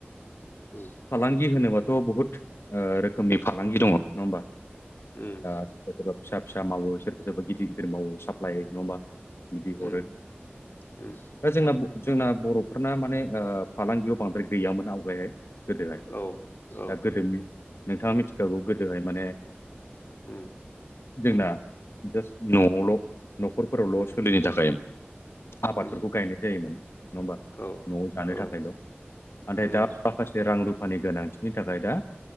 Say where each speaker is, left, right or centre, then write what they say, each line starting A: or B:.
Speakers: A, on the left (about 60°); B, on the left (about 90°).
A: उम
B: फालांगि होनोबाथ' बहुत ओ रोखोमनि फालांगि दङ नङा होमबा दा
A: उम
B: सोरबा सोरबा फिसा फिसा मावो सोरबा सोरबा गिदिर गिदिर मावो साप्लाइ नंआ होनबा बिदि हरो
A: उम उम
B: दा जोंना जोंना बर'फोरना माने ओ फालांगियाव बांद्राय गैयामोन आवगायहाय गोदोहाय दा
A: औ औ
B: गोदोनि नोंथाङा मिथिखागौ गोदोहाय माने
A: ओम
B: जोंना जास्ट न'आवल' न'ख'रफोरावल'
A: उम उम
B: सोलिनो थाखाय आबादफोरखौ
A: उम
B: गायनाय जायोमोन । नङा होमबा
A: औ
B: न'आव जानो
A: औ
B: थाखायल' नाथाय
A: उम
B: दा माखासे रां रुपा रुपानि गोनांथिनि थाखाय दा